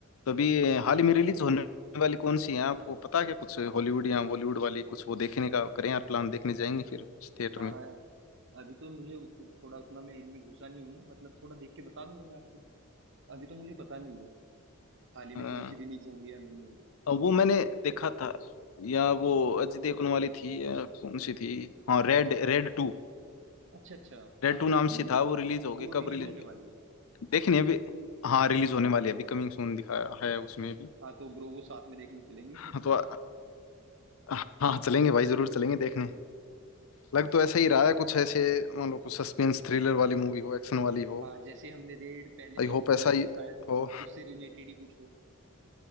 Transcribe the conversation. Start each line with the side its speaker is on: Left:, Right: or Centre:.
Left: तो अभी हाल ही में रिलीज होने वाली कौन सी है आपको पता है क्या कुछ हॉलीवुड या बॉलीवुड वाली कुछ वो देखने का करें यार प्लान देखने जाएंगे फिर थिएटर
Right: हाँ अभी तो मुझे थोड़ा उतना मैं इनमें घुसा नहीं हूँ मतलब थोड़ा देख के बता दूंगा मैं आपको अभी तो मुझे पता नहीं है हाल ही में
Left: में
Right: कौन सी रिलीज होगी या नहीं होगी
Left: और वो मैंने देखा था या वो अजय देवगन वाली थी या कौन सी थी हाँ रेड रेड टू
Right: अच्छा अच्छा
Left: रेड
Right: आपने
Left: टू नाम
Right: देखी
Left: से
Right: वो
Left: था वो रिलीज होगी
Right: वो रिलीज
Left: कब रिलीज
Right: होने वाली है
Left: देखनी है अभी हाँ रिलीज होने वाली है अभी कमिंग सून दिखाया है उसमें भी
Right: हाँ तो ब्रो वो साथ में देखने चलेंगे
Left: हाँ, तो हाँ चलेंगे भाई जरूर चलेंगे देखने लग तो ऐसा ही रहा है कुछ ऐसे मान लो कुछ सस्पेंस थ्रिलर वाली मूवी हो एक्शन
Right: <laughs>
Left: वाली हो
Right: हाँ जैसे हमने रेड पहले देखी
Left: आई होप
Right: थी
Left: ऐसा
Right: उनकी
Left: ही
Right: शायद
Left: हो
Right: उससे रिलेटेड ही कुछ हो